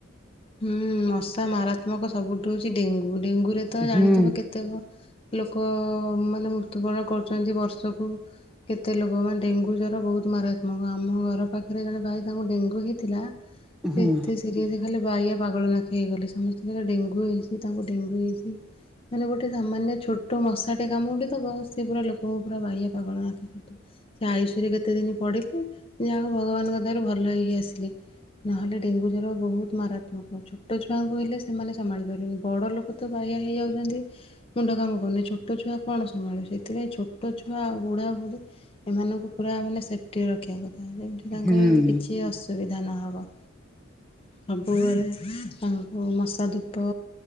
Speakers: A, on the left; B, in the centre.
A: ହୁଁ ମଶା ମାରାତ୍ମକ ସବୁଠୁ ହଉଛି ଡେଙ୍ଗୁ ଡେଙ୍ଗୁ ରେ ତ ଜାଣିଥିବ
B: ହୁଁ
A: କେତେକ ଲୋକ ମାନେ ମୃତ୍ୟୁବରଣ କରୁଛନ୍ତି ବର୍ଷକୁ। କେତେ ଲୋକମାନେ ଡେଙ୍ଗୁ ଜ୍ଵର ବହୁତ ମାରାତ୍ମକ ଆମ ଘର ପାଖରେ ଜଣେ ଭାଇ ତାଙ୍କୁ ଡେଙ୍ଗୁ ହେଇଥିଲା। ସେତେ
B: ହୁଁ
A: ସିରି ଖାଲି ଆଆ ପାଗଳ ନାଖି ହେଇଗଲେ ସମସ୍ତେଙ୍କଲେ ଡେଙ୍ଗୁ ହେଇଛି ତାଙ୍କୁ ଡେଙ୍ଗୁ ହେଇଛି। ମାନେ ଗୋଟେ ସାମାନ୍ୟ ଛୋଟ ମଶାଟେ କାମ ଗଠଥବ ସେି ପୁରା ଲୋକଙ୍କୁ ପୁରା ବାହ୍ୟ ପାଗଳ ଆଖି କରିଥିବ। ସେ ଆୟୁଷରେ କେତେ ଦିନ ପଡ଼ିଲେ ଯାହା ଭଗବାନଙ୍କ ଦ୍ୱଵାରା ଭଲ ହେଇକି ଆସିଲେ। ନହେଲେ ଡେଙ୍ଗୁ ର ବହୁତ ମାରାତ୍ମକ ଛୋଟ ଛୁଆଙ୍କୁ ହେଲେ ସେମାନେ ସମ୍ଭାଳି ପାରିବନି ବଡ଼ ଲୋକ ତ ବାହଆ ହେଇଯାଉଚନ୍ତି ମୁଣ୍ଡ କାମ କରୁନି ଛୋଟ ଛୁଆ କଣ ସମ୍ଭାଳିବେ। ସେଥିପାଇଁ ଛୋଟ ଛୁଆ ଆ ବୁଢ଼ା ବୁ଼ଢ଼ୀ ଏମାନଙ୍କୁ ପୁରା ମାନେ ସେଫ୍ଟି ରଖିବା କଥା ଯେମତି ତାଙ୍କର
B: ହୁଁ
A: ଏମିତି କିଛି ଅସୁବିଧା ନହବ। ସବୁବେଳେ ତାଙ୍କୁ ମଶା ଧୂପ